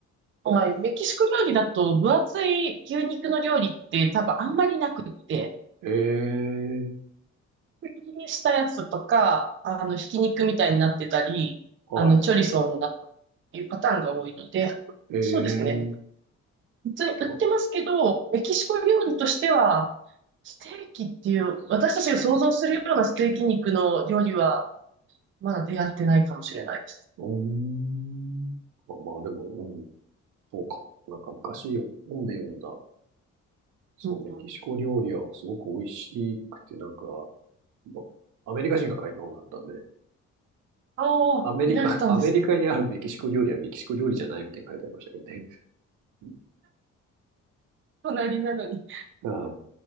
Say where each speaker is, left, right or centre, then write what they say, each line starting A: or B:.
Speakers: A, on the right (about 40°); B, on the right (about 80°).
A: はい、メキシコ料理だと分厚い牛肉の料理って多分あんまりなくって、
B: ええ、
A: 薄切りにしたやつとか、あの、ひき肉みたいになってたり、
B: は
A: あの、チョリソーになったっていうパターンが多いので、
B: い。ええ。
A: そうですね。普通に売ってますけど、
B: あ
A: メキシコ料理としては、ステーキっていう、私たちが想像するようなステーキ肉の料理は、まだ出会ってないかもしれないです。
B: うーん。まあまあ、でも、うん、そうか。なんか昔本で読んだ、そう、
A: うんうん、
B: メキシコ料理はすごく美味しくて、なんか、まアメリカ人が書いた本だったんで、
A: ああ、
B: アメリカ、
A: 見られたんです。
B: <laughs> アメリカにあるメキシコ料理はメキシコ料理じゃないみたいに書いてありましたけどね。うん
A: 隣なのに。
B: はい